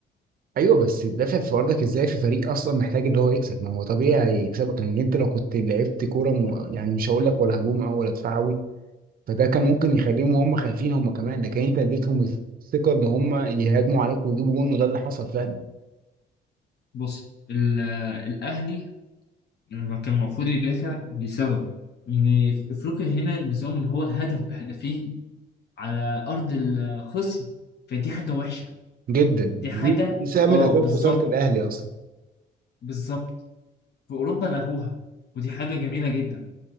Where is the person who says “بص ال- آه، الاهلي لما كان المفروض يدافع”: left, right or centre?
Left